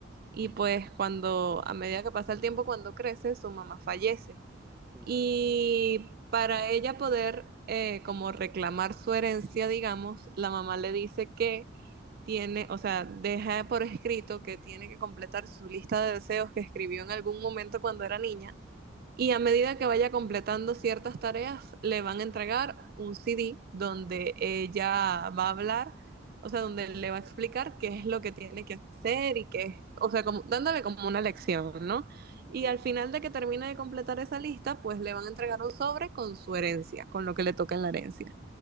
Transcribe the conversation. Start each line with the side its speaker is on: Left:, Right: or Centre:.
Right: y
Centre: Mm,
Right: pues cuando, a medida que pasa el tiempo, cuando crece, su mamá fallece.
Centre: uh,
Right: Y para ella poder eh, como reclamar su herencia, digamos, la mamá le dice que tiene, o sea, deja por escrito que tiene que completar su lista de deseos que escribió en algún momento cuando era niña y a medida que vaya completando ciertas tareas, le van a entregar un CD donde ella va a hablar, o sea, donde le va a explicar
Centre: mm,
Right: qué es lo que tiene que hacer y qué, o sea, como, dándole como una lección, ¿no?
Centre: ok,
Right: Y al final de que termine de completar esa lista, pues le van a entregar un sobre con su herencia, con lo que le toca en la herencia.